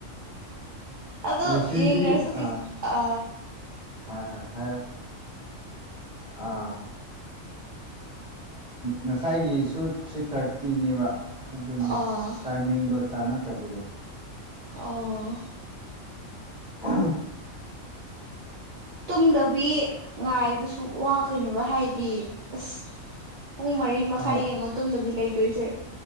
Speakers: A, on the right; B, in the centre.
A: ꯑꯗ
B: ꯉꯁꯤꯗꯤ
A: ꯌꯦꯁꯨ
B: ꯑꯥ
A: ꯀ ꯑ
B: ꯍꯣꯏ ꯍꯣꯏ ꯍꯥꯏꯔꯣ ꯑꯥ ꯉꯁꯥꯏꯒꯤꯁꯨ ꯊ꯭ꯔꯤ ꯊꯥꯔꯇꯤꯅꯦꯕ ꯑꯗꯨꯅꯤ
A: ꯑꯥ
B: ꯇꯥꯏꯃꯤꯡ ꯂꯣ ꯆꯥꯟꯅꯗꯕꯗꯣ
A: ꯑꯣ
B: ꯎ
A: ꯇꯨꯝꯗꯕꯤ ꯉꯥꯏꯕꯁꯨ ꯋꯥꯈꯅꯦꯕ ꯍꯥꯏꯗꯤ ꯑꯁ ꯄꯨꯡ ꯃꯔꯤ ꯃꯈꯥꯏ
B: ꯍꯣꯏ
A: ꯌꯦꯡꯉꯣ ꯇꯣꯝꯗꯕꯤ ꯂꯩꯗꯣꯏꯁꯦ